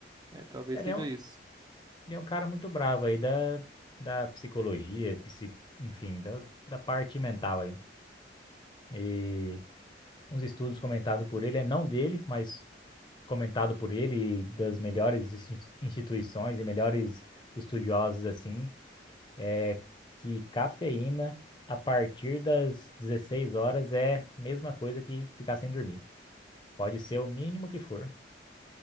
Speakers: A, on the right (about 25°); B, on the left (about 25°).
A: É, talvez
B: Ele
A: seja
B: é um
A: isso.
B: Ele é um cara muito bravo aí da, da psicologia, psi, enfim, da, da parte mental aí. E uns estudos comentados por ele, é não dele, mas comentado por ele e das melhores insti- instituições e melhores estudiosos assim, é que cafeína a partir das 16 horas é mesma coisa que ficar sem dormir. Pode ser o mínimo que for.